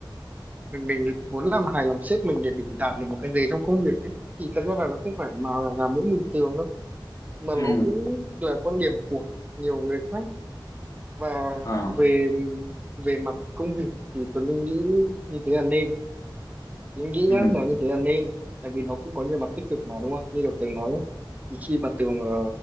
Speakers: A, on the right (about 20°); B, on the left (about 40°).
A: mình mình muốn làm hài lòng sếp mình để mình đạt được một cái gì trong công việc ấy thì thật ra là nó không phải mà là mỗi mình tường đâu mà
B: Ừ.
A: nó cũng là quan điểm của nhiều người khác và
B: Ờ.
A: về về mặt công việc thì tôi nghĩ như thế là nên mình nghĩ
B: Ừ.
A: nhá nó như thế là nên tại vì nó cũng có nhiều mặt tích cực mà đúng không như kiểu Tường nói ấy, thì khi mà Tường ờ,